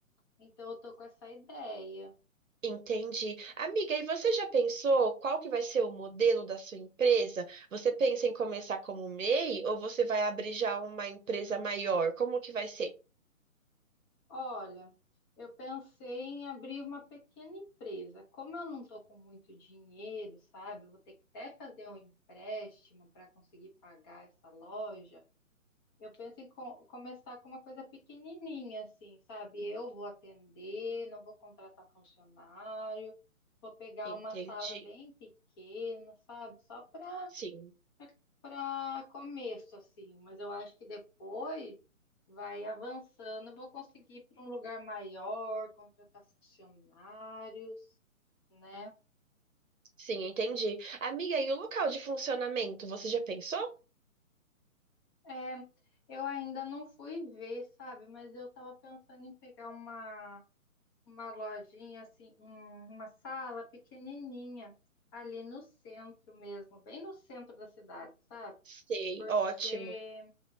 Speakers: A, on the left (about 15°); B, on the right (about 65°).
A: Então eu tô com essa ideia.
B: Entendi. Amiga, e você já pensou qual que vai ser o modelo da sua empresa? Você pensa em começar como MEI ou você vai abrir já uma empresa maior? Como que vai ser?
A: Olha, eu pensei em abrir uma pequena empresa. Como eu não tô com muito dinheiro, sabe? Eu vou ter que até fazer um empréstimo para conseguir pagar essa loja. Eu penso em co- começar com uma coisa pequenininha, assim, sabe? Eu vou atender, não vou contratar funcionário, vou pegar
B: Entendi.
A: uma sala bem pequena, sabe? Só para
B: Sim,
A: para começo, assim. Mas eu acho que depois vai avançando, eu vou conseguir ir para um lugar maior, contratar funcionários, né?
B: sim, entendi. Amiga, e o local de funcionamento, você já pensou?
A: É, eu ainda não fui ver, sabe? Mas eu estava pensando em pegar uma uma lojinha assim, um- uma sala pequenininha ali no centro mesmo, bem no centro da cidade, sabe?
B: Sei,
A: Porque
B: ótimo.